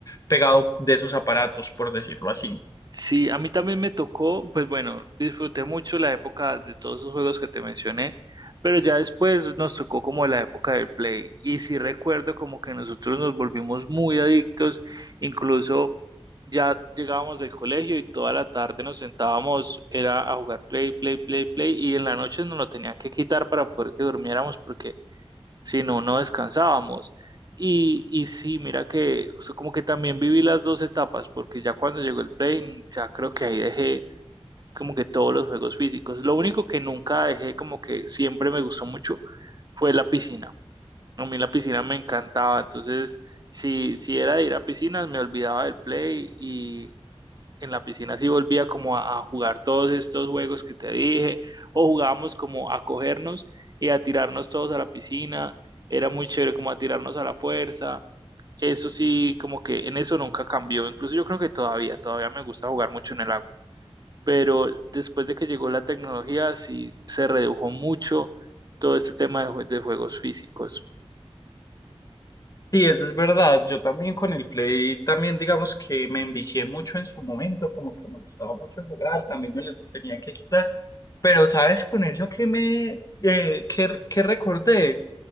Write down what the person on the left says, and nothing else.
pegado de esos aparatos, por decirlo así.
Sí, eso es verdad. Yo también con el Play, también digamos que me envicié mucho en su momento, como que me gustaba mucho jugar, también me lo tenían que quitar. Pero sabes, con eso que me, eh, que, que recordé,